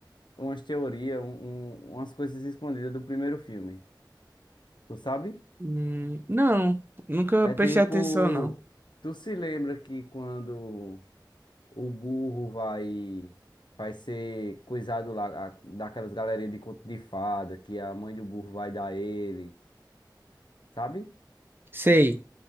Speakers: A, on the left; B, on the right.
A: umas teorias, um, um- umas coisas escondidas do primeiro filme. Tu sabe?
B: Hum, não, nunca
A: É
B: prestei
A: tipo.
B: atenção, não.
A: Tu se lembra que quando o burro vai. Vai ser coisado lá, a- daquelas galerias de conto de fada, que a mãe do burro vai dar ele, sabe?
B: Sei,